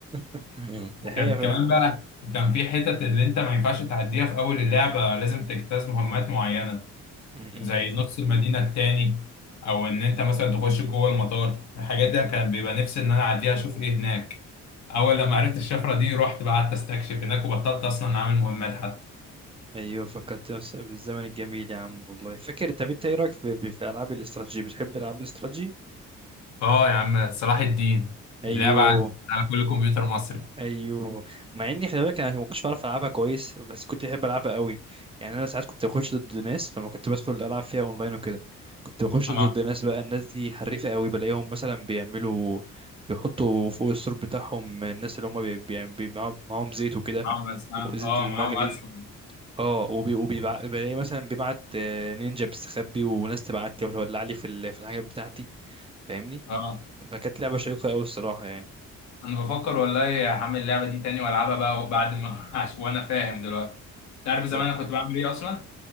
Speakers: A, on the right; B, on the left.
A: <laughs>
B: وكان
A: دي حقيقة فعلا
B: كمان بقى وكان في حتت اللي انت ما ينفعش تعديها في اول اللعبة لازم تجتاز مهمات معينة
A: <laughs>
B: زي نص المدينة التاني او ان انت مثلا تخش جوه المطار الحاجات دي كان بيبقى نفسي ان انا اعديها اشوف ايه هناك اول لما عرفت الشفرة دي رحت بقى قعدت استكشف هناك وبطلت اصلا اعمل مهمات حتى
A: ايوه فكرت نفس- بالزمن الجميل يا عم والله فاكر طب انت ايه رايك في, في في العاب الاستراتيجي بتحب العاب الاستراتيجي
B: اه يا عم صلاح الدين
A: ايوه
B: اللعبة على على كل كمبيوتر مصري
A: ايوه مع اني خلي بالك انا ما كنتش بعرف العبها كويس بس كنت بحب العبها قوي يعني انا ساعات كنت بخش ضد ناس لما كنت بدخل العب فيها اونلاين وكده كنت بخش
B: اه
A: ضد ناس بقى الناس دي حريفه قوي بلاقيهم مثلا بيعملوا بيحطوا فوق السور بتاعهم الناس اللي هم بي... بي... بي... معاهم معاهم زيت وكده
B: معاهم أسلحة
A: وزيت
B: اه
A: المغلي
B: معاهم أسلحة
A: اه وبي... وبيبع... بلاقي مثلا بيبعت آه، نينجا مستخبي وناس تبعت لي وتولع لي في ال... في الحاجات بتاعتي فاهمني
B: اه
A: فكانت لعبه شيقه قوي الصراحه يعني
B: انا بفكر والله هعمل اللعبه دي تاني والعبها بقى بعد ما <laughs> عش- وانا فاهم دلوقتي انت عارف زمان
A: لا
B: انا كنت بعمل ايه اصلا